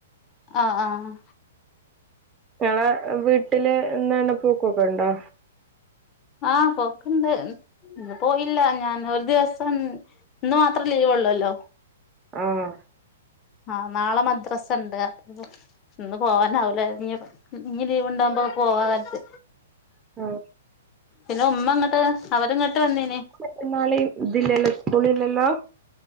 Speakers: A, on the left; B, on the right.
A: ആഹ് ആഹ്
B: ങ്ങളെ വീട്ടില് എന്നാണ് പൂക്കൊക്കെ ഉണ്ടോ
A: ആ പോക്ക്ണ്ട് ഇന്ന് പോയില്ല ഞാൻ ഒരു ദിവസം ഇന്ന് മാത്രം ലീവ് ഉള്ളൂല്ലോ
B: ആഹ്
A: ആ നാളെ മദ്രാസണ്ട് അപ്പൊ ഇന്ന് പോവാനാവൂല ഞ്ഞി ഇഞ്ഞി ലീവ് ണ്ടാവുമ്പോ പോവാജാര്ച്ച്
B: ആഹ്
A: പിന്നെ ഉമ്മ ങ്ങ്ട്ട് അവരിങ്ങ്ട്ട് വന്നീന്
B: മറ്റന്നാളിംഇതില്ലല്ലോ സ്കൂള് ഇല്ലല്ലോ